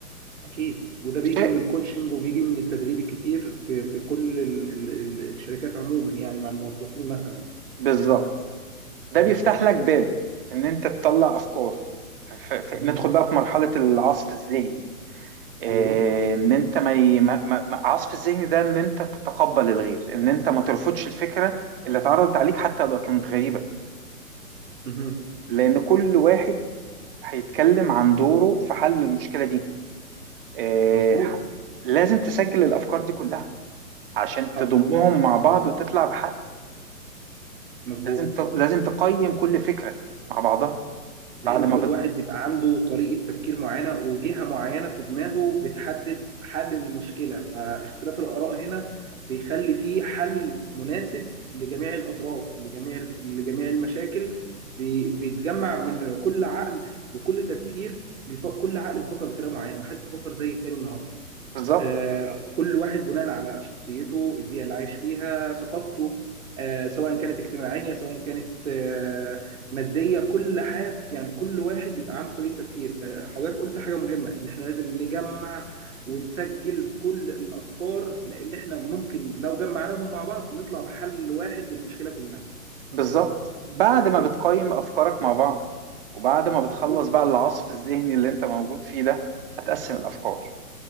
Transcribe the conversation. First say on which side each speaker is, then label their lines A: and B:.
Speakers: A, on the right (about 60°); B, on the right (about 35°).
A: اكيد وده بيجي
B: شيء
A: من الكوتشنج وبيجي من التدريب الكتير في في كل ال ال ال الشركات عموما يعني مع الموظفين مثلا
B: بالظبط ده
A: مهم.
B: بيفتح لك باب إن أنت تطلع أفكار ف- ف-
A: مهم.
B: ندخل بقى في مرحلة العصف الذهني إيه،
A: ايوه
B: ان انت ما ي- ما- ما- ما- عصف الذهن ده ان انت تتقبل الغير ان انت ما ترفضش الفكره اللي اتعرضت عليك حتى لو كانت غريبه
A: مهم.
B: لان كل واحد هيتكلم عن دوره في حل المشكله دي إيه،
A: مظبوط
B: ح- لازم تسجل الافكار دي كلها عشان
A: حصل
B: تضمهم مع بعض وتطلع بحل
A: مظبوط
B: لازم ت- لازم تقيم كل فكره مع بعضها
A: لان
B: بعد ما
A: كل
B: بت...
A: واحد بيبقى عنده طريقة تفكير معينة وجهة معينة في دماغه بتحدد حل المشكلة فاختلاف الآراء هنا بيخلي فيه حل مناسب لجميع الأطراف لجميع لجميع المشاكل بي- بيتجمع من كل عقل وكل تفكير بيفكر كل عقل بيفكر بطريقة معينة محدش بيفكر زي التاني النهاردة
B: بالظبط
A: آه، كل واحد بناء على شخصيته البيئة اللي عايش فيها ثقافته آه، سواء كانت اجتماعية سواء كانت آه، مادية كل حد يعني كل واحد بيبقى عنده طريقة تفكير فحضرتك قلت حاجة مهمة إن إحنا لازم نجمع ونسجل كل الأفكار لأن إحنا ممكن لو جمعناهم مع بعض نطلع بحل واحد للمشكلة كلها
B: بالظبط بعد ما بتقيم أفكارك مع بعض وبعد ما بتخلص
A: مظبوط
B: بقى العصف الذهني اللي أنت موجود فيه ده هتقسم الأفكار